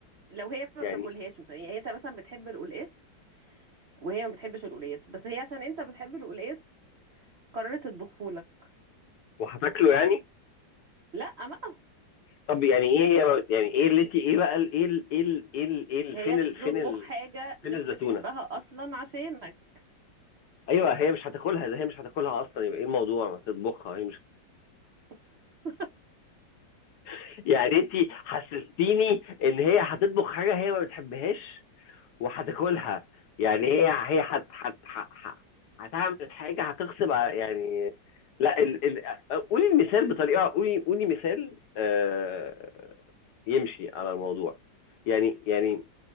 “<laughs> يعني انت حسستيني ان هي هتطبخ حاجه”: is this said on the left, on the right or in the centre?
Left